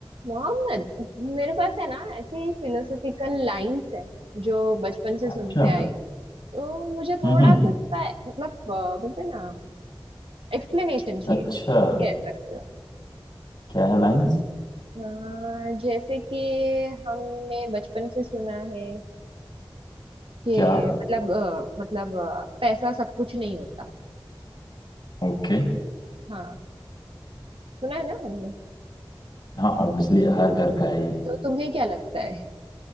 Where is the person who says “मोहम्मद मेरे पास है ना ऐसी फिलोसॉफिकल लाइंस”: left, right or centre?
Right